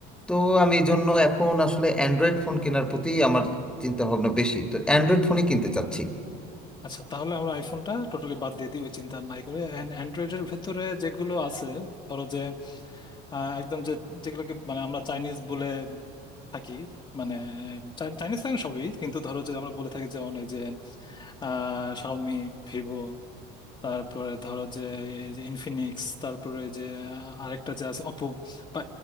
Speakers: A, in the centre; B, on the left.
A: তো আমি এই জন্য এখন আসলে অ্যান্ড্রয়েড ফোন কেনার প্রতি আমার চিন্তা ভাবনা বেশি তো অ্যান্ড্রয়েড ফোনই কিনতে চাচ্ছি
B: আচ্ছা তাহলে আমরা আইফোনটা টোটালি বাদ দিয়ে দিই ওই চিন্তা নাই করে অ্যান্ড্রয়েডের ভেতরে যেগুলো আছে ধরো যে আহ, একদম যে যেগুলোকে মানে আমরা চাইনিজ বলে থাকি মানে চাই- চাইনিজ ফ্যান সবই কিন্তু ধরো যে আমরা বলে থাকি যেমন ওই যে আহ শাওমি ভিভো তারপরে ধরো যে এই যে ইনফিনিক্স তারপরে ওই যে আহ, আরেকটা যে আছে অপো বা